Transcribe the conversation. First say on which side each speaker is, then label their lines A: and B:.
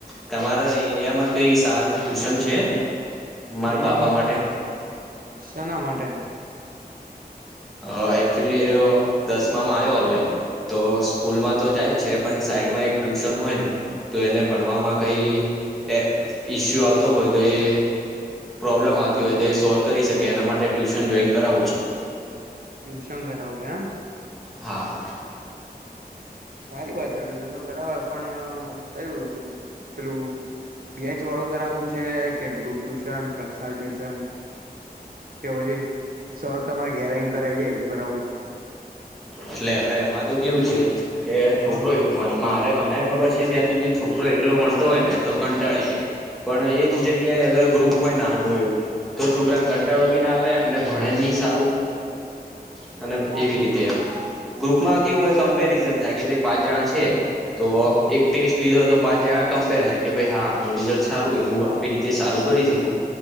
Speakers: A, in the centre; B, on the right.
A: તમારા એરિયામાં કઈ, સારુ ટ્યુશન છે. મારા
B: હમ
A: બાબા માટે.
B: શેના માટે
A: હ એકચુલી દસમામાં આવ્યો હવે તો સ્કૂલમાં તો જાય જ છે પણ સાઈડમાં એક ટ્યુશન હોય ને તો એને ભણવામાં કઈ એ ઈસ્યુ આવતો હોય તો એ પ્રોબ્લેમ આવતી હોય તો એ સોલ્વ કરી શકે એના માટે ટ્યુશન જોઈન કરાવું છે.
B: ટ્યુશન કરાવું છે એમ.
A: હા.
B: સારી વાત છે ટ્યુશન તો કરાવવા પણ કયું પેલું બેચ વાળું કરાવું છે કે ગ્રુપ ટ્યુશન પર્સનલ ટ્યુશન. કે પછી સર તમારે ઘેરા ઈંન કરાઈ જાય એવું કરાવવું છે.
A: એટલે હવે, એમાં તો કેવું છે. કે
B: હા
A: છોકરો પણ મારે મને ખબર છે. ત્યાં સુધી છોકરો એકલો ભણતો હોય, ને તો કંટાળી જાય. પણ, એ જ
B: હા
A: જગ્યાએ અગર ગ્રુપ હોય, નાનું હોય. એવુ તો છોકરા કંટાળો બી ના આવે અને ભણે બી સારુ <inaudible> અને
B: હા
A: એવી
B: હા
A: રીતે ગ્રુપમાં કેવું હો કમ્પેરિઝન થાય કે ભાઈ પાંચ જણા છે. તો
B: હા
A: એક ટેસ્ટ લીધો હતો પાંચ જણા કમ્પેર થાય કે ભાઈ હાનું રિઝલ્ટ સારું એ હું રીતે સારું કરી શકું.